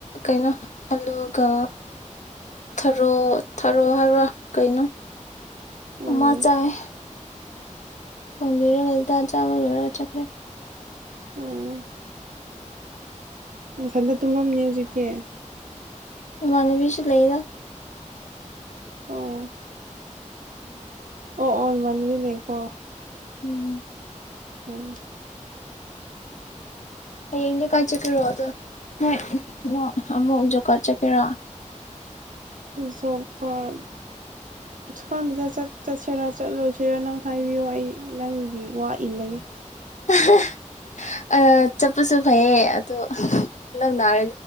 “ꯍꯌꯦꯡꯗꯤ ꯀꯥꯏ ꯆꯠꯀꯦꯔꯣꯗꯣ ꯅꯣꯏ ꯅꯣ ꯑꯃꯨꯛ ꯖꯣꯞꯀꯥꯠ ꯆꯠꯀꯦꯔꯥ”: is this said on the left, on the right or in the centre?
Left